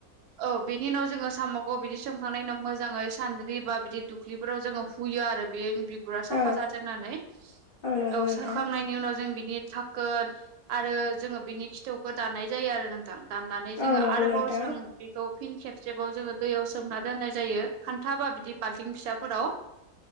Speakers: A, on the right (about 85°); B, on the left (about 55°).
A: औ बिनि उनाव जोङो साम'खौ बिदि सोमखांनायनि उनाव मोजाङै सानद्रि बा बिदि दुख्लिफोराव जोङो हुयो आरो। बे बिगुरा साफा
B: औ
A: जाथों होननानै
B: नंगौ
A: औ
B: नोंथां
A: सोखांनायनि उनाव जों बिनि थाखोन आरो जोङो बिनि खिथौखौ दानाय जायो आरो नोंथां। दाननानै जोङो
B: औ नंगौ
A: आरोबाव
B: नोंथां
A: जों बि खौ फिन खेबसेबाव जोङो दैयाव सोमना दोननाय जायो खान्था बा बिदि बाल्थिं फिसाफोराव